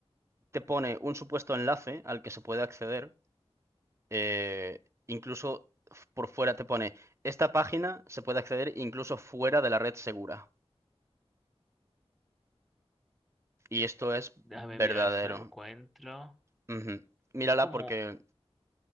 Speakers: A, on the right; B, in the centre.
A: te pone un supuesto enlace al que se puede acceder. eh, incluso f- por fuera te pone, esta página se puede acceder incluso fuera de la red segura. Y esto es
B: Déjame
A: verdadero.
B: mirar si lo encuentro.
A: Ujú. Mírala
B: Es como.
A: porque